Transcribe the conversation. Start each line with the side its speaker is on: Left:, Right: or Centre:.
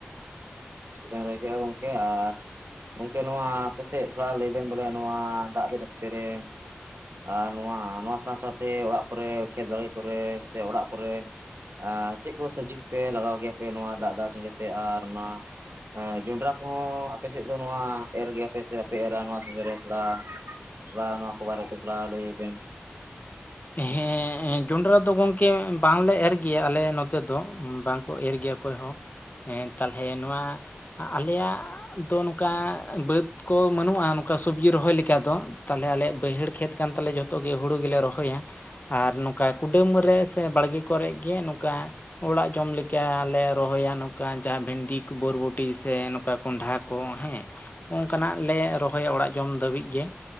Right: ᱵᱮᱱ ᱨᱚᱦᱚᱭ ᱠᱮᱫ-ᱟ ᱜᱚᱢᱠᱮ ᱟᱨ ᱜᱚᱝᱠᱮ ᱱᱚᱣᱟ ᱟᱯᱮ ᱥᱮᱫ ᱛᱷᱚᱲᱟ ᱞᱟᱹᱭ ᱵᱮᱱ ᱵᱚᱞᱮ ᱱᱚᱣᱟ ᱫᱟᱜ ᱫᱤᱱ ᱚᱠᱛᱮ ᱨᱮ ᱟᱨ ᱱᱚᱣᱟ ᱱᱚᱣᱟ ᱥᱟᱶ ᱥᱟᱶᱛᱮ ᱚᱲᱟᱜ ᱠᱚᱨᱮ ᱠᱷᱮᱛ ᱟᱲᱮ ᱠᱚᱨᱮ ᱥᱮ ᱚᱲᱟᱜ ᱠᱚᱨᱮ ᱪᱮᱫ ᱠᱚ ᱥᱚᱵᱡᱤ ᱯᱮ ᱞᱟᱜᱟᱣ ᱜᱮᱭᱟ ᱯᱮ ᱱᱚᱣᱟ ᱫᱟᱜ ᱫᱟᱜ ᱥᱚᱸᱜᱮᱛᱮ ᱟᱨ ᱚᱱᱟ ᱦᱮᱸ ᱡᱚᱸᱰᱨᱟ ᱠᱚᱦᱚᱸ ᱟᱯᱮ ᱥᱮᱫ ᱫᱚ ᱱᱚᱣᱟ ᱮᱨ ᱜᱮᱭᱟᱯᱮ ᱥᱮ ᱵᱟᱯᱮ ᱮᱨᱟ ᱱᱚᱣᱟ ᱥᱤᱡᱤᱱ ᱨᱮ ᱛᱷᱚᱲᱟ ᱛᱷᱚᱲᱟ ᱱᱚᱣᱟ ᱠᱚ ᱵᱟᱨᱮᱛᱮ ᱛᱷᱚᱲᱟ ᱞᱟᱹᱭ ᱵᱮᱱ?
Left: ᱦᱮᱸ ᱡᱚᱸᱰᱨᱟ ᱫᱚ ᱜᱚᱝᱠᱮ ᱵᱟᱝᱞᱮ ᱮᱨ ᱜᱮᱭᱟ ᱟᱞᱮ ᱱᱚᱛᱮ ᱫᱚ ᱵᱟᱝᱠᱚ ᱮᱨ ᱜᱮᱭᱟ᱾ ᱚᱠᱚᱭ ᱦᱚᱸ ᱦᱮ ᱛᱟᱞᱦᱮ ᱱᱚᱣᱟ ᱟᱞᱮᱭᱟᱜ ᱫᱚ ᱱᱚᱝᱠᱟ ᱵᱟᱹᱫᱽ ᱠᱚ ᱵᱟᱹᱱᱩᱜ-ᱟ ᱱᱚᱝᱠᱟ ᱥᱚᱵᱡᱤ ᱨᱚᱦᱚᱭ ᱞᱮᱠᱟ ᱫᱚ ᱛᱟᱞᱦᱮ ᱟᱞᱮᱭᱟᱜ ᱵᱟᱹᱭᱦᱟᱹᱲ ᱠᱷᱮᱛ ᱠᱟᱱ ᱛᱟᱞᱮᱭᱟ ᱡᱚᱛᱚ᱾ ᱛᱚ ᱜᱮ ᱦᱩᱲᱩ ᱜᱮᱞᱮ ᱨᱚᱦᱚᱭᱟ᱾ ᱟᱨ ᱱᱚᱝᱠᱟ ᱠᱩᱰᱟᱹᱢ ᱨᱮ ᱥᱮ ᱵᱟᱲᱜᱮ ᱠᱚᱨᱮ ᱜᱮ ᱱᱚᱠᱟ ᱚᱲᱟᱜ ᱡᱚᱢ ᱞᱮᱠᱟ ᱞᱮ ᱨᱚᱦᱚᱭᱟ ᱱᱚᱠᱟ ᱡᱟᱦᱟᱸ ᱵᱷᱮᱱᱰᱤ ᱠᱚ ᱵᱚᱨᱵᱚᱴᱤ ᱥᱮ ᱠᱚᱱᱰᱷᱟ ᱠᱚ ᱦᱮᱸ ᱚᱱᱠᱟᱱᱟᱜ ᱞᱮ ᱨᱚᱦᱚᱭᱟ ᱚᱲᱟᱜ ᱡᱚᱢ ᱫᱷᱟᱹᱵᱤᱡ ᱜᱮ᱾